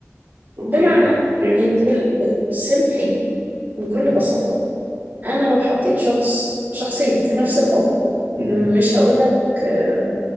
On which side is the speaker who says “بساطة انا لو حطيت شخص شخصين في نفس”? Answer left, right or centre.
Right